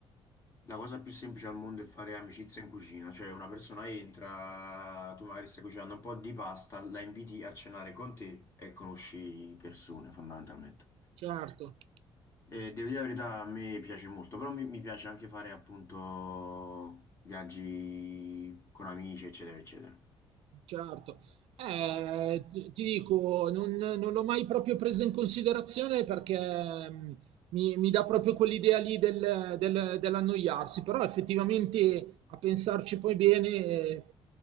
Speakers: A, on the left; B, on the right.
A: la cosa più semplice al mondo è fare amicizia in cucina, cioè una persona entra, tu magari stai cucinando un po' di pasta, la inviti a cenare con te e conosci persone fondamentalmente.
B: Certo.
A: E devo dire la verità, a me piace molto, però mi, mi piace anche fare appunto viaggi con amici, eccetera, eccetera.
B: Certo. Eh, ti ti dico, non, non l'ho mai proprio presa in considerazione perché mh, mi, mi dà proprio quell'idea lì del, del- dell'annoiarsi, però effettivamente a pensarci poi bene, eh,